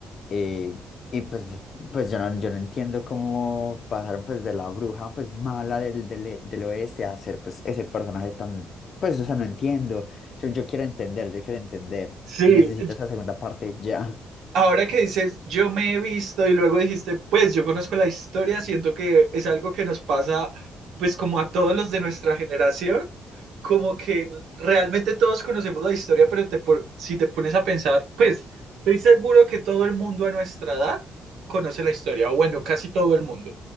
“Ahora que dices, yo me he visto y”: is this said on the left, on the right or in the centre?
Right